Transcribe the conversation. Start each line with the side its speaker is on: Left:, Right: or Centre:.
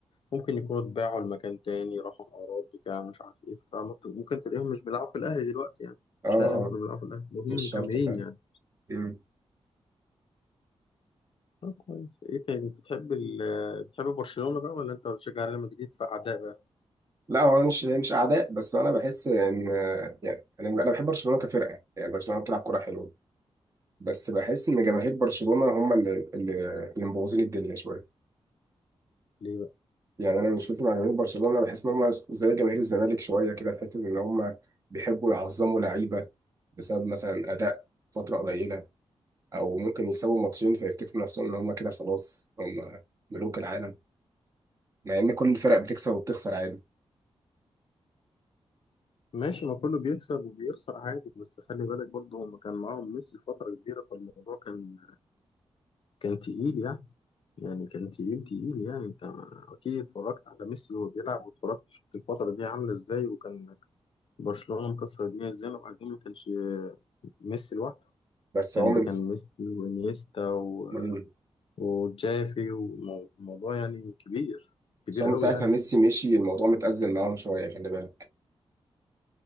Left: ممكن يكونوا اتباعوا لمكان تاني راحوا أعراض بتاع مش عارف إيه فممكن تلاقيهم مش بيلعبوا في الأهلي دلوقتي يعني
Right: اه
Left: مش لازم
Right: اه
Left: يكونوا بيلعبوا في الأهلي لو هم
Right: مش شرط
Left: مكملين
Right: فعلا
Left: يعني
Right: مم.
Left: طب كويس إيه تاني بتحب ال بتحب برشلونة بقى ولا أنت بتشجع ريال مدريد فأعداء
Right: لا هو انا مش مش اعداء بس انا بحس ان يعني انا انا بحب برشلونة كفرقة يعني برشلونة بتلعب كرة حلوة بس بحس ان جماهير
Left: بقى؟
Right: برشلونة هم اللي اللي اللي مبوظين الدنيا شوية
Left: ليه بقى؟
Right: يعني انا مشكلتي مع جماهير برشلونه بحس ان هم زي جماهير الزمالك شويه كده في حته ان هم بيحبوا يعظموا لعيبه بسبب مثلا اداء فتره قليله او ممكن يكسبوا ماتشين فيفتكروا نفسهم ان هم كده خلاص هم ملوك العالم مع ان كل الفرق بتكسب وبتخسر عادي
Left: ماشي ما كله بيكسب وبيخسر عادي بس خلي بالك برضه هم كان معاهم ميسي فترة كبيرة فالموضوع كان كان تقيل يعني يعني كان تقيل تقيل يعني انت اكيد اتفرجت على ميسي وهو بيلعب واتفرجت شفت الفترة دي عاملة ازاي وكان برشلونة مكسر الدنيا ازاي وبعدين ما كانش ميسي لوحده
Right: بس
Left: كان
Right: هو من
Left: ده كان
Right: س...
Left: ميسي وانيستا و-
Right: مم.
Left: وجافي والموضوع يعني كبير كبير
Right: بس هو من
Left: قوي
Right: ساعه
Left: يعني
Right: ما ميسي مشي الموضوع متأزم معاهم شويه خلي بالك